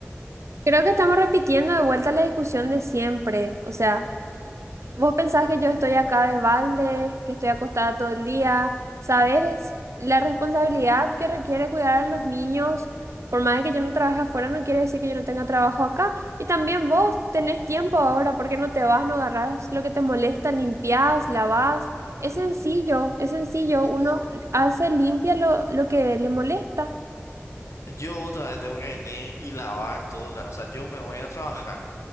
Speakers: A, on the right; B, on the left.
A: Creo que estamos repitiendo de vuelta la discusión de siempre. O sea, vos pensás que yo estoy acá de balde, que estoy acostada todo el día. Saber es la responsabilidad que requiere cuidar a los niños. Por más de que yo no trabaje afuera, no quiere decir que yo no tenga trabajo acá. Y también vos tenés tiempo ahora, ¿por qué no te vas, no agarrás lo que te molesta, limpiás, lavás? Es sencillo, es sencillo.
B: Ujú.
A: Uno hace, limpia lo, lo que le molesta.
B: Yo otra vez tengo que venir y lavar todo otra vez. O sea, yo me voy a trabajar.